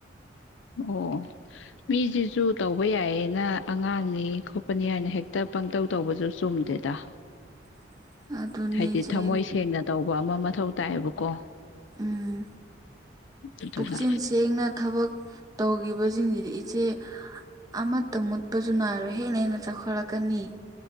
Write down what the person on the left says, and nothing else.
ꯑꯣ ꯃꯤꯁꯤꯁꯨ ꯇꯧꯕ ꯌꯥꯏꯌꯦꯅ ꯑꯉꯥꯡꯅꯤ ꯈꯣꯠꯄꯅꯤ ꯍꯥꯏꯅ ꯍꯦꯛꯇ ꯄꯪꯇꯧ ꯇꯧꯕꯁꯨ ꯆꯨꯝꯗꯦꯗ
ꯍꯥꯏꯗꯤ
ꯊꯃꯣꯏ ꯁꯦꯡꯅ ꯇꯧꯕ ꯑꯃ ꯃꯊꯧ ꯇꯥꯏꯌꯦꯕꯀꯣ
ꯑꯗꯨꯅ